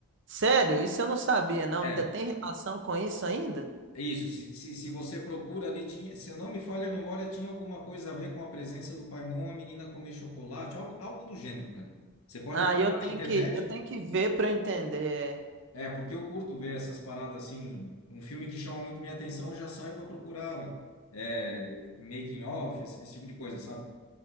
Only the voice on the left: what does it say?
É,
é isso. Se, se, se você procura ali, tinha, se não me falha a memória, tinha alguma coisa a ver com a presença do Paimon, a menina comer chocolate, algo, algo do gênero, cara. Você pode
procurar
na internet
É, porque eu curto ver essas paradas assim. Um filme que chama muito minha atenção, eu já saio para procurar é, making of, esse, esse tipo de coisa, sabe?